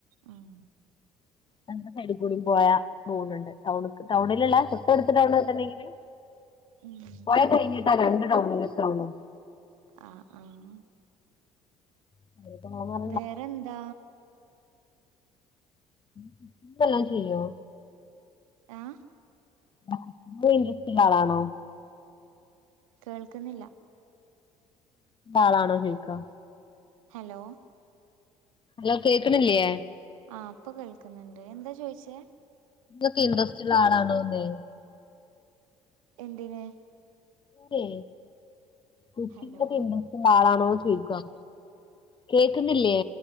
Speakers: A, on the right; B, on the left.
A: ഉം
B: രണ്ട് സൈഡ് കൂടി പോയാ റോട്ണ്ട് ടൗണ്ക്ക് ടൗണിലിള്ളെ തൊട്ട് അടുത്ത ടൗണൊക്ക ഇണ്ടെങ്കില്
A: ഉം
B: പൊഴ കഴിഞ്ഞിട്ടാ രണ്ട് ടൗണിലൊക്കെ ആവൊള്ളു
A: ആഹ് ആഹ്
B: <unintelligible>
A: വേറെന്താ
B: കുക്കിംഗ്‌ എല്ലാം ചെയ്യോ
A: ആഹ്
B: <unintelligible> ആളാണോ
A: കേൾക്കുന്നില്ല
B: ആളാണോ ചോയ്ക്ക
A: ഹലോ
B: ഹലോ കേക്ക്ണില്ലേ
A: ആഹ് ഇപ്പം കേൾക്കുന്നുണ്ട് എന്താ ചോയിച്ചേ.
B: ക്കെ ഇൻട്രെസ്റ്റ് ആളാണോന്ന്
A: എന്തിന്
B: പിന്നെ കുക്കിംഗ്‌
A: ഹലോ
B: <unintelligible> ആളാണോ ചോയ്ക്ക കേക്കുന്നില്ലേ